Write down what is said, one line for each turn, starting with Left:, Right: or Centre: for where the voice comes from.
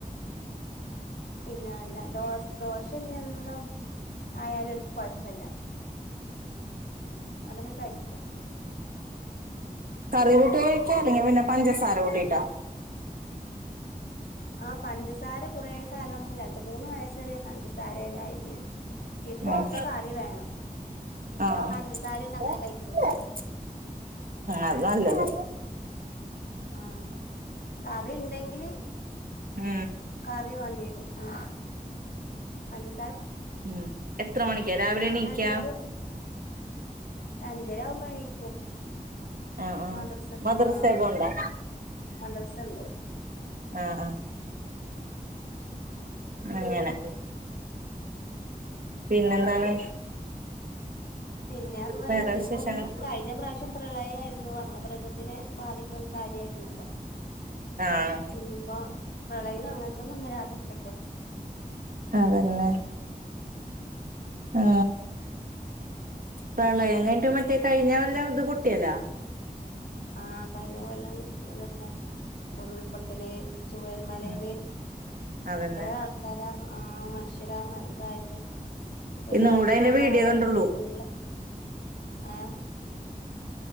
Left: പിന്നെ അല്ല ഡോ ദോശ <unintelligible> ആയാലും കുഴപ്പമില്ല അതവര് കഴിക്കും
Right: കറി കൂട്ടിയാ കഴിക്ക അല്ലെങ്കിൽ പിന്നെ പഞ്ചസാര കൂട്ടിട്ടാ
Left: ആ പഞ്ചസാര കുറേ കാലം രണ്ട്‌ മൂന്ന് വയസ്സ് വരെ പഞ്ചസാര തന്നെ ആയിരുന്നു ഇപ്പൊ
Right: ഉം
Left: അവർക്ക് കറി വേണം
Right: ആഹ്
Left: ഇപ്പൊ പഞ്ചസാര ഒന്നും അങ്ങനെ
Right: ഉം
Left: കഴിക്കൂല
Right: അത് നല്ലത്
Left: ആ കറിയുണ്ടെങ്കില്
Right: ഉം
Left: കറി വേണ്ടി വരും ഉം പഞ്ച
Right: ഉം എത്ര മണിക്കാ രാവിലെ എണീക്ക
Left: നല്ലത് അഞ്ചര ആകുമ്പോ എണീക്കും
Right: ആഹ് ആഹ്
Left: മദ്രസയൊക്കെ
Right: മദ്രസേ
Left: ആ മ
Right: പോണ്ടാ
Left: മദ്രസുണ്ട്
Right: ആഹ് ആഹ് അങ്ങനെ പിന്നെന്താണ്
Left: പിന്നേര്ഞ്ഞാല്
Right: വേറെ
Left: ഇനിയിപ്പം
Right: വിശേഷങ്ങൾ
Left: കഴിഞ്ഞ പ്രാവശ്യം പ്രളയായിരുന്നു നമ്മള് പ്രകൃതിനെ ബാധി ക്കുന്ന കാര്യായിരുന്നല്ലോ
Right: ആഹ്
Left: ഇനിയിപ്പോ പ്രളയം അങ്ങൻത്തെ നൊന്നും വരാതിരിക്കട്ടെ
Right: അതന്നെ ആ പ്രളയം കൈഞ്ഞിട്ട് മറ്റേ കയിഞ്ഞ കൊല്ലം ഇത് പൊട്ടിയല്ലാ
Left: ആഹ് കഴിഞ്ഞ കൊല്ലം താക്ക്ണ് ഉരുൾപൊട്ടല് ചുവര് മലേയില്
Right: ഉം അതന്നെ
Left: എത്ര ആൾക്കാരാ ആഹ് മനുഷ്യരാ മ ഇതായത് ഒരു
Right: ഇന്നും
Left: രാത്രി
Right: കൂടെ അയിന്റെ
Left: കൊണ്ടാണല്ലോ
Right: വീഡിയോ കണ്ടുള്ളൂ
Left: ഭൂമി ഫുള്ള് എഹ്